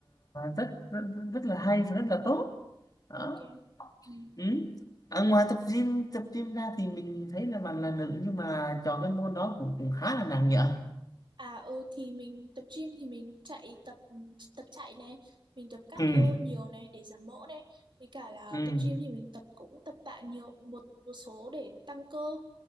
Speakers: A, on the left (about 45°); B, on the right (about 60°).
A: rất, rất rất là hay và rất là tốt đó
B: ok. Ừ.
A: ừ. à, ngoài tập gym tập gym ra thì mình thấy là bạn là nữ nhưng mà chọn cái môn đó cũng cũng khá là nặng nhở
B: À ừ thì mình tập gym thì mình chạy tập tập chạy này, mình tập cardio
A: Ừ.
B: nhiều này để giảm mỡ này, với cả là
A: ừ
B: tập gym thì mình tập cũng tập tạ nhiều một một số để tăng cơ.